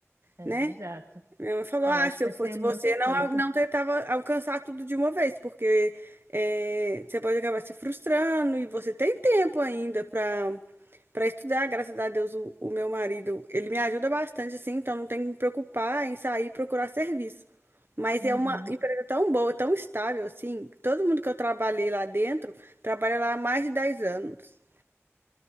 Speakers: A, on the right; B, on the right.
A: É,
B: né?
A: exato.
B: Minha mãe falou:
A: Eu
B: Ah,
A: acho
B: se
A: que
B: eu
A: vai
B: fosse
A: ser muita
B: você,
A: coisa.
B: não, não tentava alcançar tudo de uma vez, porque eh, você pode acabar se frustrando e você tem tempo ainda para para estudar. Graças a Deus, o, o meu marido, ele me ajuda bastante, assim, então não tem que me preocupar em sair e procurar serviço. Mas
A: Uhum.
B: é uma empresa tão boa, tão estável, assim. Todo mundo que eu trabalhei lá dentro trabalha lá há mais de 10 anos.